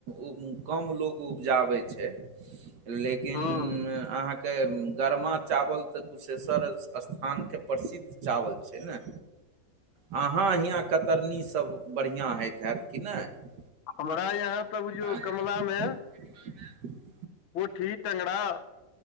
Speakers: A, on the right; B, on the left.
A: उ कम लोग उपजाबै छै लेकिन
B: ह्म
A: अहाँके गरमा चावल तऽ कुशेश्वर अस्थानके प्रसिद्ध चावल छै ने आहाँ हियाँ कतरनीसभ बढ़िआँ होइत हैत कि नहि
B: हमरा यहाँ तऽ बुझियौ
A: आ,
B: कमला मे
A: <inaudible>
B: पोठी टेंगरा